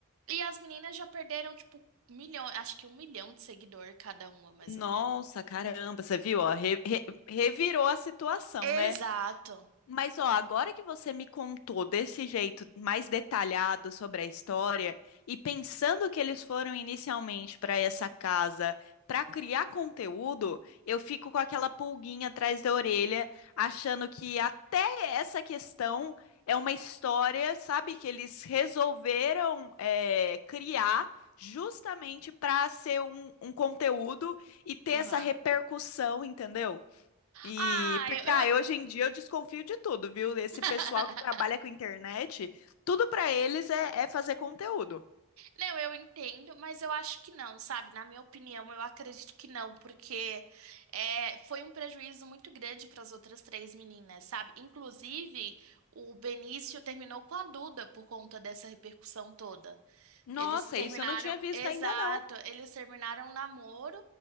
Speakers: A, on the right (about 90°); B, on the left (about 85°).
A: e as meninas já perderam, tipo, milhão, acho que um milhão de seguidor cada uma, mais
B: Nossa,
A: ou menos.
B: caramba, você viu? Ó, re- re- revirou a situação,
A: Exato.
B: né? Mas ó, agora que você me contou desse jeito mais detalhado sobre a história e pensando que eles foram inicialmente para essa casa para criar conteúdo, eu fico com aquela pulguinha atrás da orelha, achando que até essa questão é uma história, sabe, que eles resolveram é, criar justamente para ser um um conteúdo e ter
A: Aham.
B: essa repercussão, entendeu? E
A: Ah,
B: porque
A: eu, eu-
B: ah, hoje em dia eu desconfio de tudo, viu? Esse
A: <laughs>
B: pessoal que trabalha com internet, tudo pra eles é, é fazer conteúdo.
A: Não, eu entendo, mas eu acho que não, sabe? Na minha opinião, eu acredito que não, porque é, foi um prejuízo muito grande para as outras três meninas, sabe? Inclusive, o Benício terminou com a Duda por conta dessa repercussão toda.
B: Nossa,
A: Eles terminaram,
B: isso eu não tinha visto
A: exato,
B: ainda não.
A: eles terminaram um namoro,